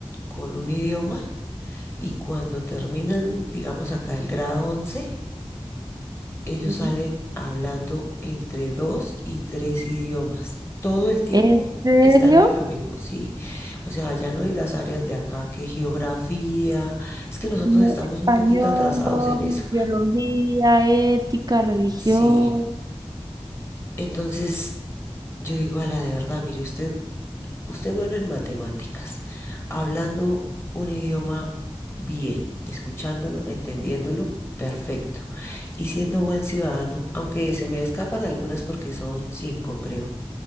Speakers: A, on the left; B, on the right.
A: con un idioma y cuando terminan, digamos acá el grado once Ellos
B: ujú.
A: salen hablando entre dos y tres idiomas. Todo el tiempo
B: ¿En serio?
A: están en lo mismo, sí. O sea, ya no hay las áreas de acá que geografía. Es que nosotros
B: Mm,
A: estamos
B: Español,
A: un poquito atrasados en eso.
B: biología, ética, religión.
A: Sí. Entonces, yo digo a la de verdad, mire, usted, usted bueno en matemáticas, hablando un idioma bien, escuchándolo, entendiéndolo, perfecto. Y siendo buen ciudadano, aunque se me escapan algunas porque son cinco, creo.